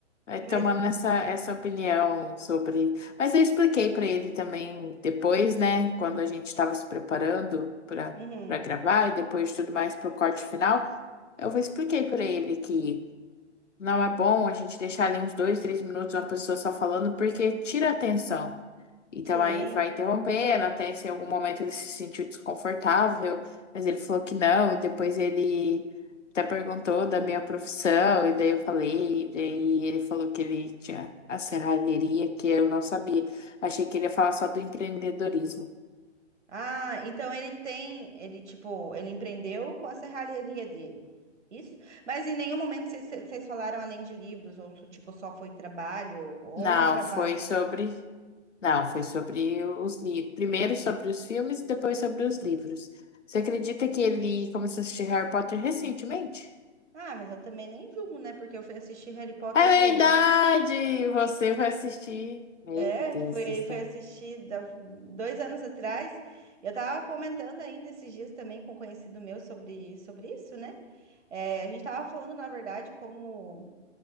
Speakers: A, on the left (about 85°); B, on the right (about 70°).
A: Vai
B: mas
A: tomando essa, essa opinião sobre. Mas eu expliquei para ele também depois, né? Quando a gente estava se preparando para
B: uhum,
A: para gravar e depois de tudo mais para o corte final, eu expliquei para ele que não é bom a gente deixar ali uns dois, três minutos uma pessoa só falando, porque tira a atenção. Então
B: sim.
A: aí vai interrompendo, até se em algum momento ele se sentiu desconfortável, mas ele falou que não, e depois ele até perguntou da minha profissão, e daí eu falei, e daí ele falou que ele tinha a serralheria, que eu não sabia. Achei que ele ia falar só do empreendedorismo.
B: Ah, então ele tem, ele tipo, ele empreendeu com a serralheria dele. Isso? Mas em nenhum momento vocês vocês falaram além de livros, ou so- tipo, só foi trabalho, ou
A: Não,
B: um trabalho.
A: foi sobre Não, foi sobre os livros. Primeiro sobre os filmes e depois sobre os livros. Você acredita que ele começou a assistir Harry Potter recentemente?
B: Ah, mas eu também nem julgo, né? Porque eu fui assistir Harry Potter
A: É
B: o quê?
A: verdade! Você vai assistir. Meu
B: É,
A: Deus
B: foi,
A: do céu.
B: foi assistir da- dois anos atrás. E eu tava comentando ainda esses dias também com um conhecido meu sobre, sobre isso, né? É, a gente tava falando, na verdade, como.